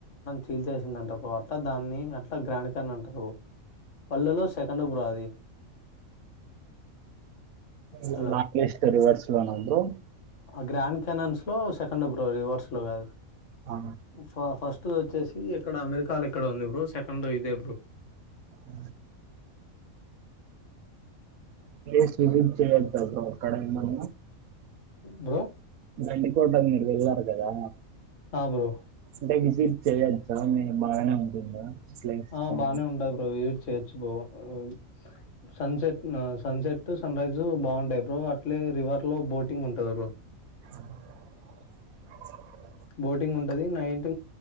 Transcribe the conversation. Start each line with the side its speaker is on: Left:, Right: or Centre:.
Left: చీల్చేసిందంట అట్లా దాన్ని అట్లా గ్రాన్ కాని అంటరు పల్లెలో సెకండ్ బ్రో అది
Right: గీల్
Left: హలో
Right: నాగెస్టే రివర్స్ వానల్ బ్రో
Left: గ్రాండ్ క్యాన్ అన్ లో సెకండ్ ఫబ్రవరి వర్స్ లో కాదు
Right: ఆ
Left: ఫ ఫస్ట్ వచ్చేసి ఇక్కడ అమెరికాలో ఇక్కడ ఉంది బ్రో సెకండ్ ఇదే బ్రో
Right: అ ప్లేస్ వివిధ చే బక్కడ మన
Left: బో
Right: అన్ని కొటగ నడవ వెల్లార్ కదా
Left: ఆ బ్రో
Right: అంటే విసిట్ చెయొచ్చా నేను బాగానే ఉంటుందా ప్లేస్
Left: ఆ
Right: కానీ
Left: బానే ఉంటది బ్రో చర్చ బో ఆ సన్సెట్ ఆ సన్సెట్ సన్ రైజు బాగుంటాయి అ అట్లే రివర్ లో బోటింగ్ ఉంటంది బ్రో
Right: ఆ <unintelligible>
Left: బోటింగ్ ఉంటది నైట్